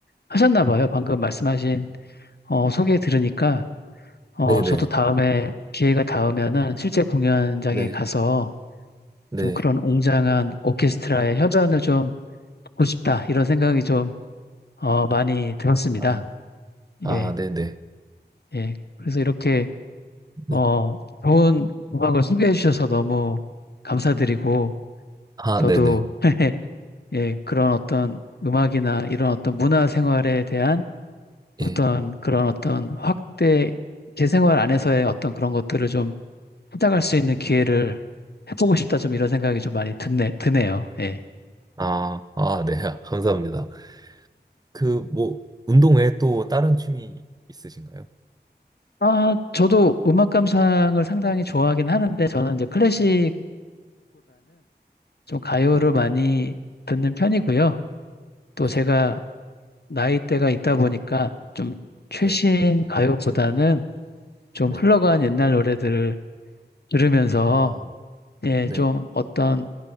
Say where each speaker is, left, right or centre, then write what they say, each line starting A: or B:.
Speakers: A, on the left; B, on the right.
A: 하셨나 봐요. 방금 말씀하신 어, 소개 들으니까 어,
B: 네, 네,
A: 저도 다음에 기회가 닿으면은 실제 공연장에
B: 네,
A: 가서
B: 네,
A: 좀 그런 웅장한 오케스트라의 협연을 좀 보고 싶다 이런 생각이 좀 어, 많이 들었습니다.
B: 아, 아,
A: 예,
B: 네, 네,
A: 예. 그래서 이렇게
B: 네,
A: 어, 좋은 음악을 소개해 주셔서 너무 감사드리고
B: 아,
A: 저도
B: 네, 네,
A: <laughs> 예, 그런 어떤 음악이나 이런 어떤 문화 생활에 대한 어떤
B: 예,
A: 그런 어떤 확대, 제 생활 안에서의 어떤 그런 것들을 좀 찾아갈 수 있는 기회를 해보고 싶다, 좀 이런 생각이 좀 많이 드네, 드네요. 예.
B: 아, 아, 네, <laughs> 아, 감사합니다. 그 뭐 운동 외에 또 다른 취미 있으신가요?
A: 아, 저도 음악 감상을 상당히 좋아하긴 하는데, 저는 이제 클래식보다는 좀 가요를
B: 네,
A: 많이 듣는 편이고요. 또
B: 네,
A: 제가 나이대가 있다 보니까 좀 최신
B: 네,
A: 가요보다는 좀
B: 네,
A: 흘러간 옛날 노래들을 들으면서
B: 아,
A: 예,
B: 네,
A: 좀 어떤